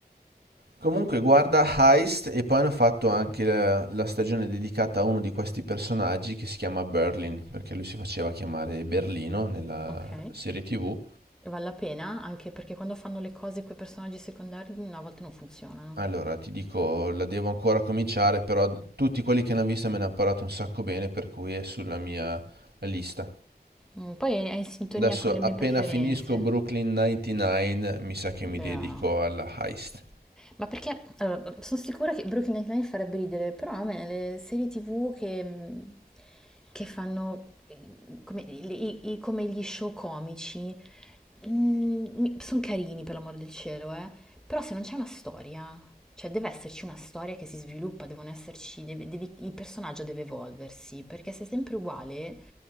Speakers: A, on the right (about 85°); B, in the centre.
A: Comunque guarda Heist e poi hanno fatto anche la, la stagione dedicata a uno di questi personaggi che si chiama Berlin, perché lui si faceva chiamare Berlino nella
B: Ok?
A: serie TV.
B: E vale la pena anche perché quando fanno le cose con i personaggi secondari mm, a volte non funzionano.
A: Allora, ti dico, la devo ancora cominciare, però tutti quelli che l'hanno vista me ne hanno parlato un sacco bene, per cui è sulla mia lista.
B: Mm, Poi è in sintonia
A: Adesso
B: con le
A: appena
B: mie preferenze.
A: finisco Brooklyn 99, mi sa che
B: Yeah.
A: mi dedico alla Heist.
B: Ma perché allora, sono sicura che Brooklyn Nine-Nine farebbe ridere, però a me le serie TV che, mm, che fanno eh, come, i- i- i- come gli show comici Mm, sono carini per l'amor del cielo, eh. Però se non c'è una storia, cioè deve esserci una storia che si sviluppa, devono esserci, deve- devi- il personaggio deve evolversi, perché se è sempre uguale,